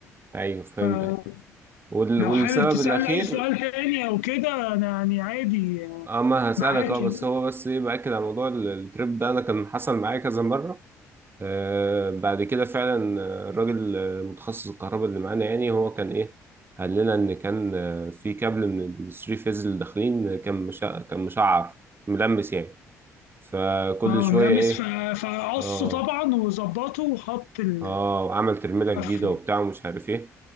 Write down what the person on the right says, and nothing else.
ايوه فهمتك
وال...
والسبب
الاخير
اه ما هسألك
اه بس
هو بس ايه باكد على موضوع ال- التريب ده انا كان حصل معايا كذا مرة آه بعد كده فعلا آه، الراجل آه، متخصص الكهرباء اللي معانا يعني هو كان ايه قال لنا ان كان آه، في كابل من الثري فيز اللي داخلين آه، كان مشع... كان مشعر ملمس يعني فكل
شوية
ايه
اه
اه وعمل ترميلة جديدة
وبتاع ومش عارف ايه